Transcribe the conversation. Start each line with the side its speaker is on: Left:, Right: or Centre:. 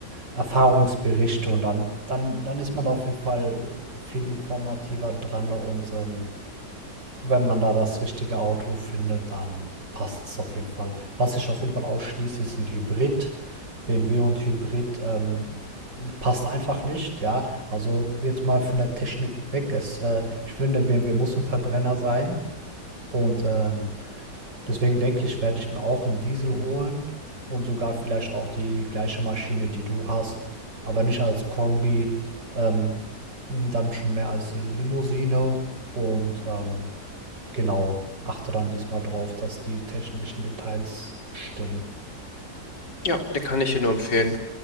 Right: Erfahrungsberichte und dann, dann, dann ist man da auf jeden Fall viel informativer dran ne, und ähm, wenn man da das richtige Auto findet, dann passt es auf jeden Fall. Was ich auf jeden Fall ausschließe, ist ein Hybrid. BMW und Hybrid ähm, passt einfach nicht, ja. Also jetzt mal von der Technik weg. Es, äh, ich finde, BMW muss ein Verbrenner sein. Und ähm, deswegen denke ich, werde ich mir auch einen Diesel holen und sogar vielleicht auch die gleiche Maschine, die du hast, aber nicht als Kombi, ähm, dann schon mehr als Limousine und ähm, Genau, achte dann diesmal drauf, dass die technischen Details stimmen.
Left: Ja, den kann ich dir nur empfehlen.